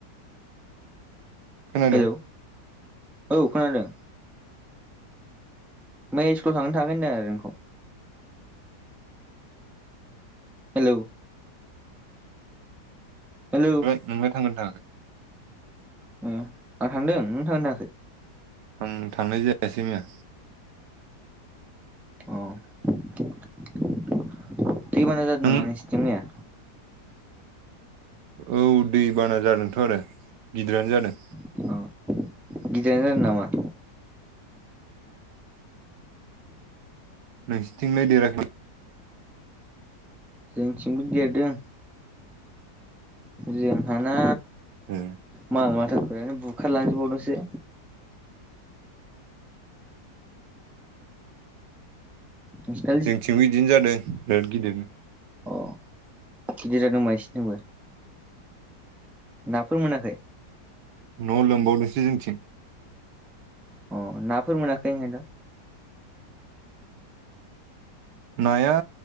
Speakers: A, on the right; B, in the centre.
A: खोनादों
B: हेलौ औ खोनादों मैया स्कुलाव थांदोंना थाङाखै होनदों आरो नोंखौ हेलौ हेलौ
A: नोंलाय थांगोन थाङा
B: आं थांदों नों थांदोंना थाङाखै
A: आं थांनाय जायासै मैया
B: अ दैबाना जादों
A: नों
B: नामा नोंसिनिथिं मैया?
A: औ दै बाना जादोंथ' आरो गिदिरानो जादों।
B: अ गिदिरानो जादों नामा?
A: नोंसिनिथिं लाय देराखै
B: जोंथिंबो देरदों जोंहाना
A: ए
B: माल माथाफोरानो बुखारलांजोब बावदोंसो। नोंसिनालाय
A: जोंथिंबो इदिनो जादों बिराद गिदिरनो।
B: अह, गिदिर जादों होमबा नोंसिनिथिंबो। नाफोर मोनाखै?
A: न' लोमबादोंसो जोंथिं।
B: अह, नाफोर मोनाखै ओंखायनोथ'?
A: नाया